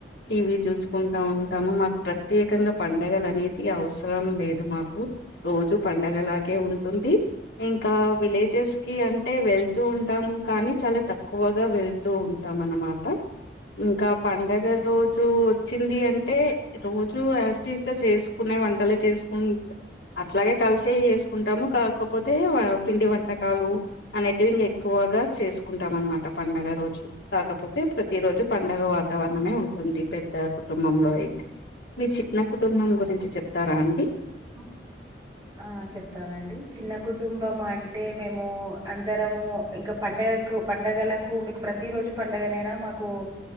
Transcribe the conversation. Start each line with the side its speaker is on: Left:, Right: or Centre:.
Left: టీవీ చూసుకుంటా ఉంటాము మాకు ప్రత్యేకంగా పండగలు అనేవి అవసరం లేదు మాకు. రోజూ పండగలాగే ఉంటుంది. ఇంకా విలేజెస్ కి అంటే తక్కువ వెళ్తూ ఉంటాం కానీ తక్కువ గా వెళ్తూ ఉంటాం అన్నమాట. ఇంకా పండగ రోజు వచ్చింది అంటే రోజు యాజ్ టీజ్ గా చేసుకునే వంటలే చేసుకుంటాము. అట్లాగే కలిసే చేసుకుంటాము. కాకపోతే పిండి వంటకాలు అనేటివి ఇంకా ఎక్కువ. ఎక్కువగా చేసుకుంటాం అన్నమాట. పండగ రోజు కాకపోతే ప్రతి రోజు పండగ వాతావరణమే ఉంటుంది. పెద్ద కుటుంబంలో అయితే. మీ చిన్న కుటుంబం గురించి చెప్తారా అండి.
Right: ఉ ఆ చెప్తానండి చిన్న కుటుంబం అంటే మేము అందరము ఇంకా పండుగ పండుగ కు, పండుగలకు మీకు ప్రతి రోజూ పండగనేనా మాకు